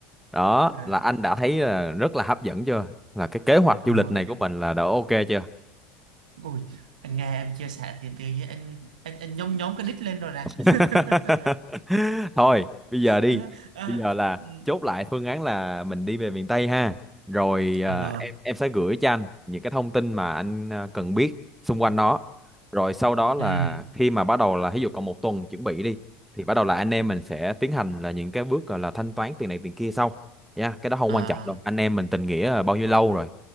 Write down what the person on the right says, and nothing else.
à,
rồi
ôi anh nghe em chia sẻ thì tự nhiên anh anh anh nhóm nhóm cái đít lên rồi nè
<laughs>
à, à,
ừ.
Ờ,
ừ,
à,